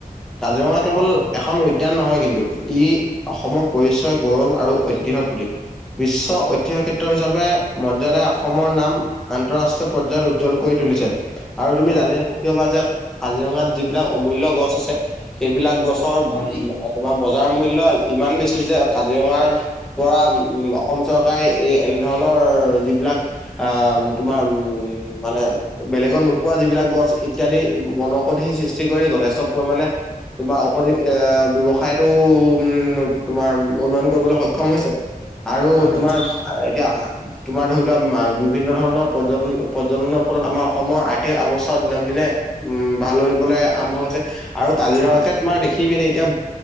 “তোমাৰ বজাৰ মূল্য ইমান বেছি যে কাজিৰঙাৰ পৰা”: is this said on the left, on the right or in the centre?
Centre